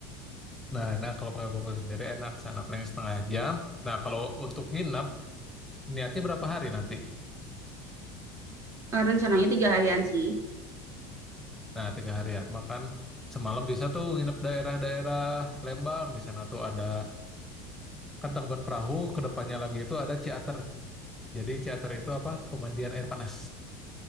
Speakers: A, in the centre; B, on the right.
A: Nah, nah kalau pakai mobil sendiri enak sana paling setengah jam. Nah, kalau untuk nginep niatnya berapa hari nanti?
B: Eh, rencananya tiga harian sih.
A: Nah, tiga harian. Makan semalam bisa tuh nginep daerah-daerah Lembang. Di sana tuh ada kan Tangkuban Perahu, kedepannya lagi itu ada Ciater. Jadi Ciater itu apa? Pemandian air panas.